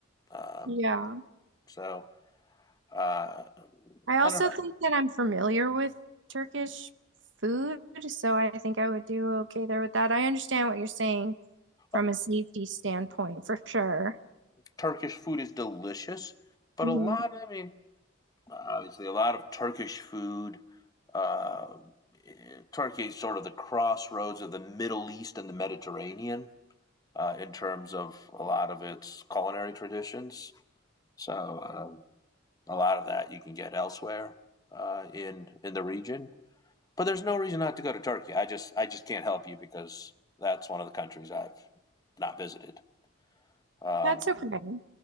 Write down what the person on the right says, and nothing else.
Yeah.
I also
think that I'm familiar with Turkish food, so I think I would do okay there with that. I understand what you're saying from
a safety standpoint for sure.
hmm
That's okay.